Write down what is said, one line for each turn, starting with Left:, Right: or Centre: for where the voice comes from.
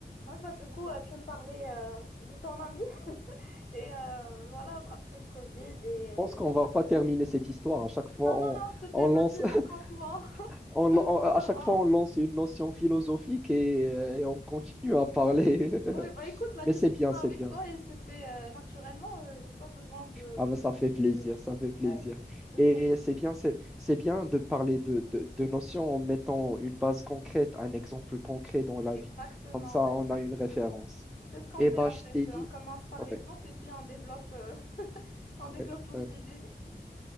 Left: Ouais, bah, du coup, euh, tu me parlais euh, de ton ami <laughs> et euh, voilà, après le Covid et
Centre: Je pense qu'on
Left: tout.
Centre: va pas terminer cette histoire. À chaque fois,
Left: Non, non,
Centre: on,
Left: non, s'il te
Centre: on
Left: plaît,
Centre: lance,
Left: vas-y,
Centre: <laughs>
Left: raconte-moi.
Centre: on-
Left: Je veux
Centre: on-
Left: tout
Centre: à
Left: savoir.
Centre: chaque fois, on lance une notion philosophique et, euh, et on continue à parler. <laughs>
Left: Oui, bah écoute, la
Centre: Mais
Left: discussion
Centre: c'est bien, c'est
Left: avec
Centre: bien.
Left: toi, elle se fait euh, naturellement. euh, j'ai pas besoin de,
Centre: Ah ben, ça fait plaisir,
Left: de...
Centre: ça fait plaisir.
Left: Ouais, de
Centre: Et
Left: trop.
Centre: c'est bien, c'est, c'est bien de parler de, de, de notions en mettant une base concrète, un exemple concret dans la
Left: Exactement,
Centre: vie. Comme ça,
Left: oui,
Centre: on a
Left: exactement.
Centre: une référence.
Left: C'est ce qu'on
Centre: Et
Left: fait
Centre: bah,
Left: en
Centre: je
Left: fait.
Centre: t'ai
Left: On
Centre: dit,
Left: commence par
Centre: ouais,
Left: l'exemple et puis on développe, euh, <laughs> on
Centre: ouais,
Left: développe nos
Centre: ouais.
Left: idées.